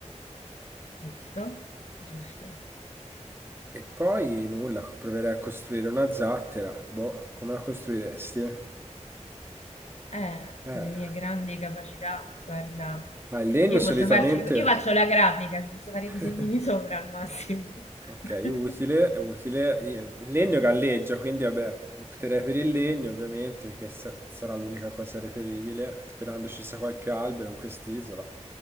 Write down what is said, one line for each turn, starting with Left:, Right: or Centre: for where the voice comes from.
Left: Giusto? Giusto.
Right: E poi nulla, proverei a costruire una zattera. Boh, come la costruiresti?
Left: Eh,
Right: Eh,
Left: con le mie grandi capacità, guarda,
Right: ah, il legno
Left: io
Right: solitamente...
Left: posso farci, io faccio la grafica, ci posso fare
Right: <laughs>
Left: i disegnini sopra al massimo.
Right: Ok,
Left: <laughs>
Right: utile, utile. Io- Il legno galleggia, quindi vabbè, opterei per il legno ovviamente, perché sa- sarà l'unica cosa reperibile, sperando ci sia qualche albero in quest'isola.